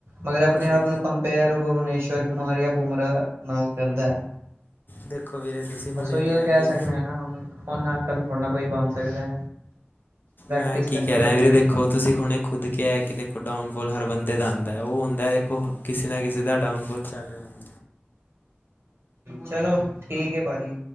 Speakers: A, on the right; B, on the left.
A: ਮਗਰ ਆਪਣੇ
B: ਦੇ
A: ਆਪ ਨੂੰ ਕੰਮ। ਪੇਰੋ ਭੁਵਨੇਸ਼ਰ ਕੁਮਾਰੀ ਆਪ। ਬੂਮਰਾ ਨਾਲ ਕਰਦਾ
B: ਦੇਖੋ ਵੀਰੇ ਤੁਸੀਂ ਹੁਣੇ
A: ਬਸ ਉਹੀਓ
B: ਕਿਹਾ
A: ਕਹਿ
B: ਕਿ
A: ਸਕਦੇ ਹਾਂ ਨਾ ਹੁਣ ਉਹਨਾਂ ਕੰਮਫੜ ਕੋਈ ਬਣ ਸਕਦਾ ਪ੍ਰੈਕਟਿਸ
B: ਮੈਂ ਕੀ
A: ਕਰਨੀ
B: ਕਹਿ ਰਿਹਾ
A: ਚਾਹੀਦੀ।
B: ਵੀਰੇ ਦੇਖੋ ਤੁਸੀਂ ਹੁਣੇ ਖੁਦ ਕਿਹਾ ਹੈ ਕਿ ਦੇਖੋ ਡਾਊਨਫੋਲ ਹਰ ਬੰਦੇ ਦਾ ਆਉਂਦਾ ਹੈ ਉਹ ਹੁੰਦਾ ਦੇਖੋ ਕਿਸੇ ਨਾ ਕਿਸੇ ਦਾ ਡਾਊਨਫੋਲ ਚੱਲ ਰਿਹਾ ਹੁੰਦਾ
A: ਚਲੋ ਠੀਕ ਹੈ ਭਾਜੀ